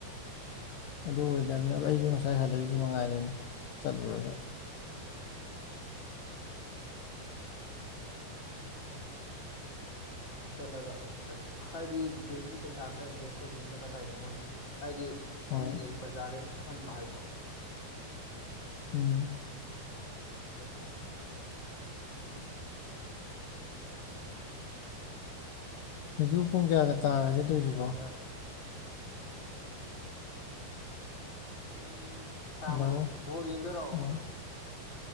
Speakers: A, on the left; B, on the left.
A: ꯑꯣ
B: ꯑꯗꯨ ꯑꯣꯏꯗꯕꯅꯤ ꯑ ꯑꯩꯁꯨ ꯉꯁꯥꯏ ꯍꯜꯂꯛꯏꯁꯤ ꯃꯉꯥꯏꯔꯦꯅꯤ ꯆꯠꯂꯨꯔꯒ
A: ꯍ ꯑꯗꯨꯃꯥꯏꯅ ꯆꯠꯂꯒ ꯍꯥꯏꯗꯤ ꯕꯦꯡꯀꯤ ꯄꯩꯁꯥ ꯈꯔ ꯏꯟꯚꯦꯁ ꯇꯧꯕꯤꯗꯨꯅ ꯗꯔꯀꯥꯔ ꯇꯥꯏꯗꯅ ꯃꯣꯏꯅ ꯍꯥꯏꯗꯤ
B: ꯍꯣꯏ
A: ꯃꯤꯈꯩ ꯄ꯭ꯔꯖꯥꯈꯩꯗꯣ ꯈꯪꯍꯟꯕ ꯍꯥꯏꯗꯣ
B: ꯎꯝ
A: ꯎꯗꯤ
B: ꯎ ꯍꯧꯖꯤꯛ
A: ꯑꯗꯨꯃꯥꯏꯅ
B: ꯄꯨꯡ ꯀꯌꯥꯒ ꯇꯥꯈ꯭ꯔꯒꯦꯗꯣꯏꯁꯤꯕꯣ
A: ꯈꯔ ꯈꯪꯅꯍꯜꯂꯒ ꯎꯝ ꯀꯃꯅꯤ
B: ꯍꯜꯂꯣ
A: ꯣꯖꯤꯗꯔꯣ
B: ꯑꯣ